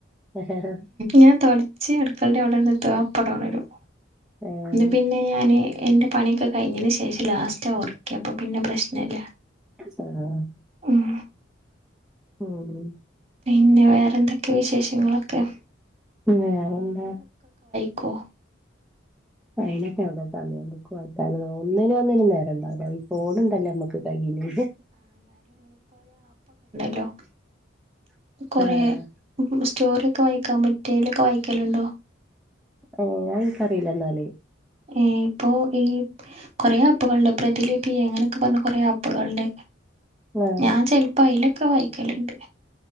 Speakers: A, in the centre; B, on the right (about 35°).
A: ഏഹ്
B: ഞാൻ തൊടച്ച് അടുക്കൾടെ അവിടെന്ന് <unintelligible> അപ്പട് ഒണരും
A: ഏഹ്
B: പിന്നെ ഞാന് എന്റെ പണിയൊക്കെ കഴിഞ്ഞതിന് ശേഷം ലാസ്റ്റ് ഒർക്കിയെ അപ്പൊ പിന്നെ പ്രശ്നല്ല
A: <unintelligible>
B: ഉം
A: മ്മ്
B: പിന്നെ വേറെ എന്തൊക്കെ വിശേഷങ്ങളൊക്കെ
A: വേറ എന്താ
B: ക്കോ
A: അയിനൊക്കെ എവിടെ സമയം ബുക്ക് വായിക്കാനൊക്കെ ഒന്നിനും ഒന്നിനും ഒന്നിനും നേരം ഇണ്ടാവില്ല ഈ ഫോണുണ്ടല്ലോ നമ്മക്ക് കയ്യില്
B: ലോ
A: <inaudible>
B: കൊറെ
A: ആഹ്
B: സ്റ്റോറി ഒക്കെ വായിക്കാൻ പറ്റിയേൽ ഒക്കെ വായിക്കലുണ്ടോ
A: ഏ എനിക്കറിയില്ല എന്നാല്
B: ഏ ഇപ്പൊ ഈ കൊറേ ആപ്പുകളുണ്ട് പ്രതിലിപി അങ്ങനെയൊക്കെ പറഞ്ഞ് കൊറെേ ആപ്പുകളുണ്ട്
A: ആഹ്
B: ഞാൻ ചെലപ്പോ അയിലൊക്കെ വായിക്കല്ണ്ട്